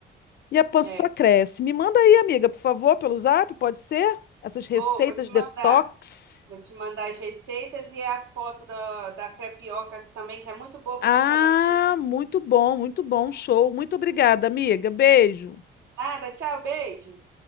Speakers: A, on the left; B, on the right.
A: e a pança
B: É.
A: só cresce. Me manda aí, amiga, por favor, pelo zap, pode ser? Essas receitas
B: Vou, vou te
A: detox.
B: mandar. Vou te mandar as receitas e a foto da, da crepioca também, que é muito boa pro
A: Ah,
B: café da manhã.
A: muito bom, muito bom, show. Muito obrigada, amiga. Beijo.
B: Nada, tchau, beijo.